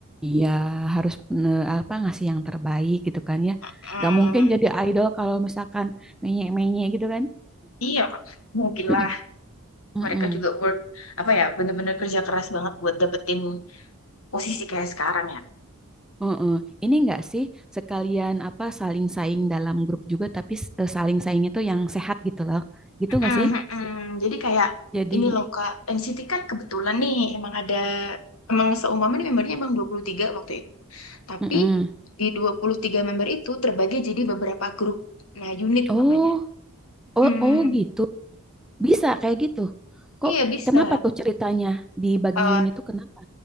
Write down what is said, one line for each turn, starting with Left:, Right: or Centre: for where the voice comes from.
Centre: Iya, harus eh, apa ngasih yang terbaik gitu kan ya.
Left: Hmm,
Centre: Gak mungkin jadi idol kalau misalkan menye-menye gitu kan.
Left: iya, mungkinlah
Centre: <clears throat> Mm-mm.
Left: mereka juga work apa ya bener-bener kerja keras banget buat dapetin posisi kayak sekarang ya.
Centre: Heeh. Ini enggak sih sekalian apa saling saing dalam grup juga tapi s- eh, saling saing itu yang sehat gitu loh. Gitu enggak
Left: Mm,
Centre: sih?
Left: mm, mm. Jadi kayak
Centre: Jadi
Left: ini loh Kak, NCT kan kebetulan nih emang ada emang seumpama nih membernya emang 23 waktu itu. Tapi
Centre: mm-mm.
Left: di 23 member itu terbagi jadi beberapa grup. Nah, unit
Centre: Oh,
Left: namanya.
Centre: oh,
Left: Hmm,
Centre: oh gitu. Bisa kayak gitu. Kok
Left: iya bisa.
Centre: kenapa tuh ceritanya di bagi
Left: Eh,
Centre: unit tuh kenapa?